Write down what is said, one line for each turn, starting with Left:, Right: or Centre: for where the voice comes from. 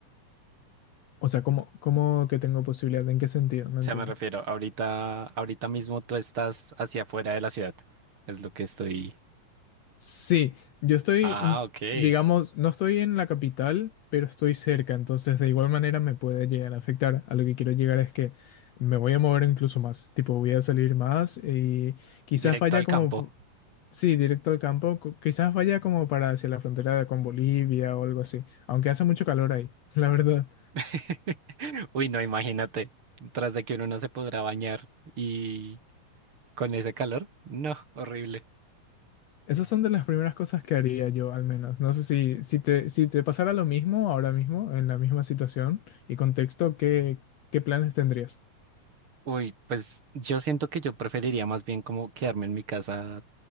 Left: o sea, ¿cómo, cómo que tengo posibilidad? ¿En qué sentido?
Right: O
Left: No
Right: sea,
Left: entiendo.
Right: me refiero, ahorita, ahorita mismo tú estás hacia afuera de la ciudad. Es lo que estoy.
Left: Sí, yo estoy,
Right: Ah,
Left: un-
Right: ok.
Left: digamos, no estoy en la capital, pero estoy cerca, entonces de igual manera me puede llegar a afectar. A lo que quiero llegar es que me voy a mover incluso más, tipo voy a salir más y quizás
Right: Directo
Left: vaya
Right: al
Left: como,
Right: campo.
Left: pu- sí, directo al campo, cu- quizás vaya como para hacia la frontera de- con Bolivia o algo así, aunque hace mucho calor ahí, <laughs> la verdad.
Right: <laughs> Uy, no, imagínate, tras de que uno no se podrá bañar y con ese calor, no, horrible.
Left: Esas son de las primeras cosas que haría yo, al menos. No sé si, si te, si te pasara lo mismo ahora mismo, en la misma situación y contexto, ¿qué, qué planes tendrías?
Right: Uy, pues yo siento que yo preferiría más bien como quedarme en mi casa